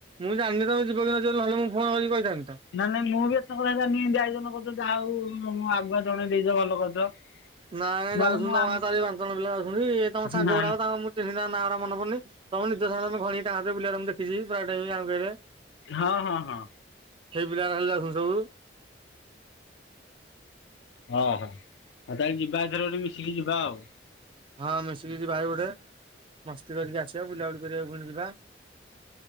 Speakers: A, on the right (about 30°); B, on the left (about 75°).
A: ମୁଁ ଜାଣିନି ତ ତମେ ଯିବ କି ନ ଯିବ ନହେଲେ ମୁଁ ଫୋନ କରିକି କହିଥାନ୍ତି ତ।
B: ନାଇ ନାଇ ମୁଁ ବି ଏତେ କଥା ଜାଣିନିି ଏନ୍ତ୍ ଆୟୋଜନ କରିଛନ୍ତି ଯାହା ହଉ ଉ ମୁଁ ଆଗୁଆ ଜଣେଇ ଦେଇଛ ଭଲ କରିଛ।
A: ନାଇଁ
B: ନହେଲେ
A: ଯାଉଛନ୍ତି
B: ମୁଁ
A: ତମ
B: ଆମ
A: ଗାଁ ଚାରି ପାଞ୍ଚ ଜଣ ପିଲା ଯାଉଛନ୍ତି ତମ ସାଙ୍ଗ
B: ନା
A: ଗୁଡ଼ାକ ତାଙ୍କ ମୁଁ ସେ ସିନା ନାଁ ରା ମନେ ପଡୁନି ତମ ନିଜସାଙ୍ଗରେ ମୋ ଭାଉଣୀ ତା ହାତଧରି ବୁଲିବାର ମୁଁ ଦେଖିଛି ପ୍ରାୟ ଟାଇମ୍ ଗାଁ। <unintelligible>
B: ହଁ ହଁ ହଁ।
A: ହେଇ ପିଲା ରହିଲା ଯାଉଛନ୍ତି ସବୁ।
B: ଓହୋ ତାହେଲେ ଯିବା ଏଥର ଗୋଟେ ମିଶିକି ଯିବା ଆଉ।
A: ହଁ ମିଶିକି ଯିବାହାରୀ ଗୋଟେ ମସ୍ତି କରିକି ଆସିବା ବୁଲାବୁଲି କରିବାକୁ ପୁଣି ଯିବା।